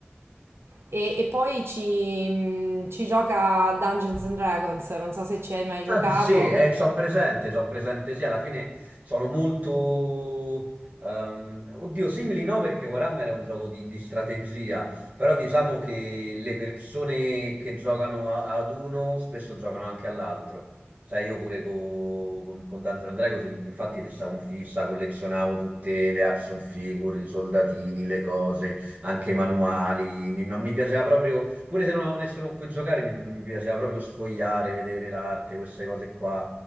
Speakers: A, on the right; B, on the right.
A: E, e poi ci, mm, ci gioca a Dungeons and Dragons, non so se ci hai mai giocato.
B: Ah, sì, e so presente, so presente, sì, alla fine sono molto... ehm, oddio, simili no, perché Warhammer è un gioco di, di strategia, però diciamo che le persone che giocano a- ad uno spesso giocano anche all'altro. Sai, io pure co- con, con Dungeons and Dragons, infatti, stavo in fissa, collezionavo tutte le action figure, i soldatini, le cose anche i manuali, mi, ma mi piaceva proprio, pure se non avevo nessuno con cui giocare, mi, mi piaceva proprio sfogliare, vedere l'arte, queste cose qua.